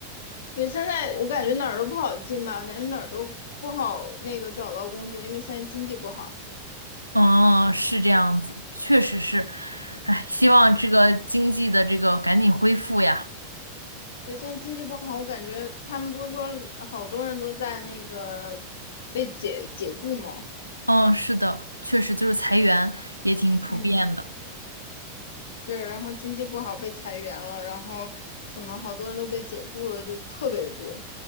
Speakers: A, on the left (about 60°); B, on the left (about 85°).
A: 对，现在我感觉哪儿都不好进吧，感觉哪儿都不好那个找到工作，因为现在经济不好。
B: 哦，是这样子，确实是。哎，希望这个经济的这个赶紧恢复呀。
A: 对，现在经济不好，我感觉他们不是说好多人都在那个被解解雇吗？
B: 嗯，是的，确实就是裁员也挺普遍的，
A: 嗯。对，然后经济不好被裁员了，然后什么好多人都被解雇了，就特别多。